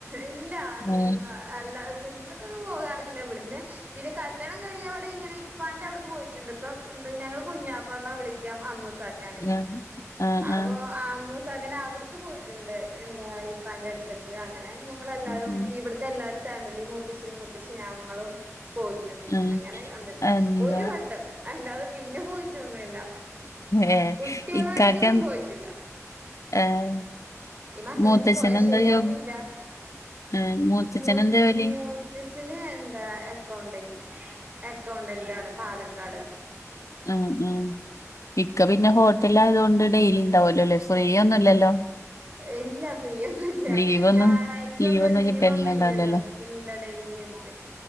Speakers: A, on the right; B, on the left.
A: ഇല്ല
B: ആഹ്
A: അല്ല സിനിമക്കൊത് പോകാറില്ല ഇവിടുന്ന് പിന്നെ കല്യാണം കഴിഞ്ഞാ വിടെ ഇങ്ങനെ പ്പാൻ്റെവിടക്ക് പോയിട്ടുണ്ട് ഇപ്പം ഞങ്ങൾ കുഞ്ഞാപ്പ ന്നാ വിളിക്കാ അമ്മൂസ ക്കാന്
B: ആഹ് ആഹ്
A: അപ്പൊ
B: ആഹ്
A: ആമ്മു പങ്ങനെ അവിടക്ക് പോയിട്ടുണ്ട് എന്താ ഇപ്പാന്റെ അടുത്തേക്ക് അങ്ങനെ ഞങ്ങളെല്ലാരും
B: ഉം
A: ഇവിട് പെല്ലാരും ഫാമിലി മൂത്തഛനു മൂത്തച്ചി ഞങ്ങളും പോയി റ്റ്
B: ആഹ്
A: അങ്ങനെ കണ്ടിക്ണ്
B: എന്താ
A: ഒരു വട്ടം അല്ലാതെ പിന്നെ പോയിറ്റൊന്നു ഇല്ല
B: ഏഹ്
A: കുട്ടികളായിട്ടൊന്നും
B: ഇക്കാക്ക
A: പോയിട്ടില്ല
B: ഏഹ്
A: ഈ മക്കളെണ്ട്
B: മൂത്തച്ഛനെന്താ
A: പോയാ ശരിയാകൂല്ല
B: ജോബ്? ഏഹ് മൂത്തച്ഛനെന്താ
A: മൂ
B: ജോലി?
A: മൂ ത്തഛന് എന്താ അക്കൗണ്ടന് അക്കൗണ്ടന്റ് ആണ് പാലക്കാട്
B: അഹ് അഹ് ഇക്ക പിന്നെ ഹോട്ടലായതൊണ്ട് ഡെയിലി ഉണ്ടാവല്ലോല്ലേ ഫ്രീ ഒന്നുഇല്ലല്ലോ
A: ഇല്ല ഫീ ഒന്നുംല്ല
B: ലീവൊന്നും
A: ഞായറാഴ്ച
B: ലീവൊന്നും
A: ഒന്നും ലീവ്
B: കിട്ടല്ണ്ടാവില്ലല്ലോ
A: ഒന്നും ഇല്ലല്ലോ ഇല്ലാ ഡെയിലിണ്ട്